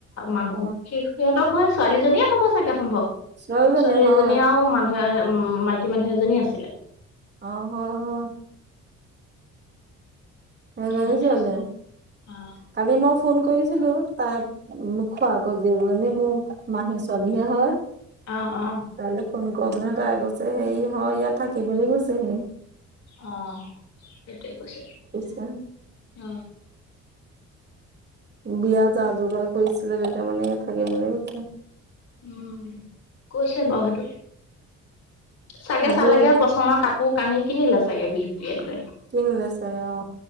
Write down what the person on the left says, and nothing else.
মানুহ
শেষ সিহঁতক হয় ছোৱালীজনীয়ে হ'ব চাগে সম্ভৱ।
ছোৱালী
এজনী আৰু মানুহে উ, মাইকী মানুহ এজনী আছিলে।
সিহঁতে
আছিলে অ
আহ, অ'।
অ, সেইটোৱে কৈছে।
উম
উম, কৈচে বহটোও চাগে, চালেগে
পচন্দৰ কাপোৰ কানি, কিনিলে চাগে বিহু